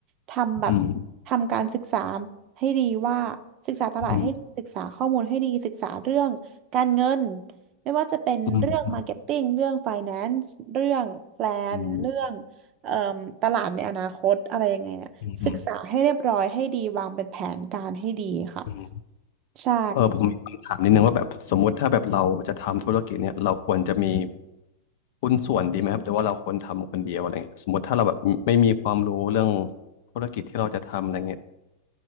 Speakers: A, on the right; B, on the left.
A: ทำแบบ
B: ืม
A: ทำการศึกษาให้ดีว่าศึกษาตลาดให้ศึกษาข้อมูลให้ดีศึกษาเรื่องการเงิน
B: อืม
A: ไม่ว่าจะเป็นเรื่อง
B: อืม
A: Marketing เรื่อง Finance เรื่องแพลนเรื่อง
B: อืม
A: เอ่มตลาดในอนาคตอะไรยังไงอะศึกษาให้เรียบร้อยให้ดีวางเป็นแผนการให้ดีค่ะ
B: อืมอืมอืมอืม
A: ใช่
B: เออผมมีคำถามนิดนึงว่าแบบสมมุติถ้าแบบเราจะทำธุรกิจเนี่ยเราควรจะมีหุ้นส่วนดีไหมครับหรือว่าเราควรทำคนเดียวอะไรเงี้ยสมมติถ้าเราแบบไม่มีความรู้เรื่องธุรกิจที่เราจะทำอะไรเงี้ย